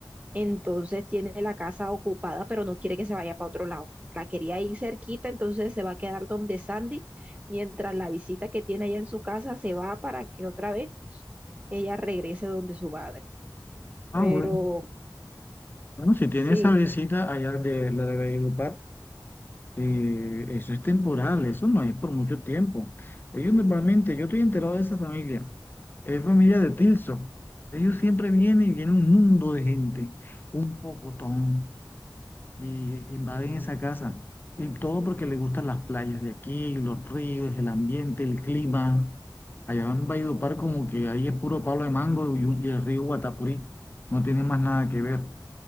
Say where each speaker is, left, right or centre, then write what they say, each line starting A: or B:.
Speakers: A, on the right; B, on the left.
A: entonces tiene la casa ocupada, pero no quiere que se vaya para otro lado. La quería ir cerquita, entonces se va a quedar donde Sandy, mientras la visita que tiene allá en su casa se va para que otra vez ella regrese donde su madre.
B: Ah,
A: Pero
B: bueno. Bueno, si tiene
A: sí,
B: esa visita allá de la de Valledupar, eh, eso es temporal, eso no es por mucho tiempo. Ellos normalmente, yo estoy enterado de esa familia. Es familia de Tilson. Ellos siempre vienen y viene un mundo de gente, un pocotón, y invaden esa casa. Y todo porque les gustan las playas de aquí, los ríos, el ambiente, el clima. Allá en Valledupar como que ahí es puro palo de mango y, un- y el río Guatapurí. No tiene más nada que ver.